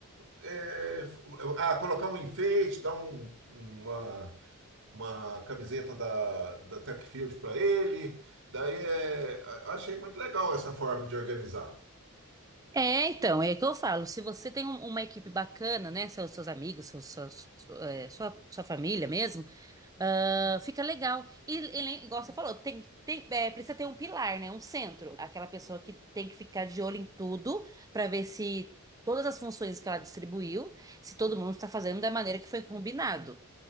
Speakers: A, on the right; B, on the right.
A: é, f- ah, colocar um enfeite, dar um- uma, uma camiseta da, da Tech Field para ele. Daí é, eu achei muito legal essa forma de organizar.
B: É, então, é o que eu falo, se você tem um- uma equipe bacana, né, seus, seus amigos, seus, suas- su- é, sua, sua família mesmo, ah, fica legal. E, e nem- igual você falou, tem, tem, é, precisa ter um pilar, né, um centro, aquela pessoa que tem que ficar de olho em tudo para ver se todas as funções que ela distribuiu, se todo mundo está fazendo da maneira que foi combinado.